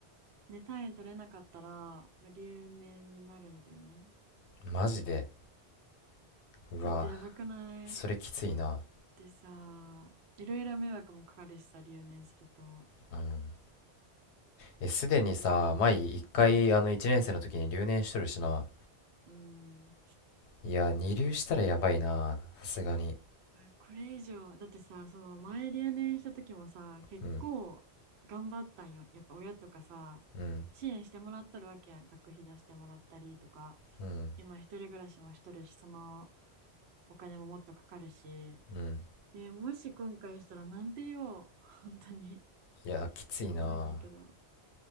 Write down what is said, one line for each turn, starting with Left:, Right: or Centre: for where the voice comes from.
Right: ね、単位取れなかったら、まあ留年になるんだよね。
Left: マジで。うわ、
Right: ちょっとやばくないだっ
Left: それきついな。
Right: てさ、いろいろ迷惑もかかるしさ、留年すると。
Left: うん。え、すでにさ、
Right: あ
Left: 前一回、
Right: あ、うん、
Left: あの、一年生の時に留年しとるしな。
Right: うん。
Left: いや、二流したらやばいな。さすがに。
Right: わこれ以上、だってさ、その前留年した時もさ、結構頑張ったんよ。
Left: うん、
Right: やっぱ親とかさ、
Left: うん、
Right: 支援してもらってるわけやん。学費出してもらったりとか、
Left: うん、
Right: 今一人暮らしもしとるし、そのお金ももっとかかるし、
Left: うん。
Right: ね、もし今回したらなんて言おう。本当に。
Left: いや、きついな。
Right: やばいんやけど。